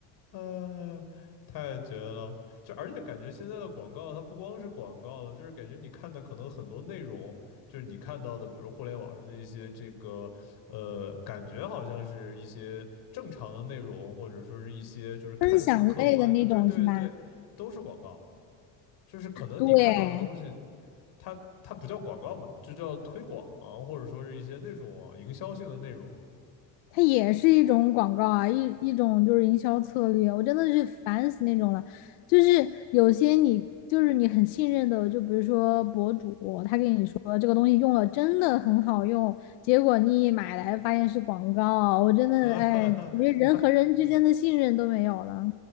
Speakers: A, on the left (about 50°); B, on the left (about 80°).
A: 嗯，太绝了！就而且感觉现在的广告，它不光是广告了，就是感觉你看的可能很多内容，就是你看到的，比如互联网上的一些这个，呃，感觉好像是一些正常的内容，或者说是一些就是看似客观，
B: 分享类的那种是吧？
A: 对对对，都是广告。就是可能你看到的东西，
B: 对，
A: 它它不叫广告嘛，就叫推广啊或者说是一些那种啊营销性的内容。
B: 它也是一种广告啊，一一种就是营销策略，我真的是烦死那种了。就是有些你就是你很信任的，就比如说博主，他跟你说这个东西用了真的很好用，结果你一买来发现是广告，我真的哎，
A: <laughs> 啊哈哈，
B: 感觉人和人之间的信任都没有了。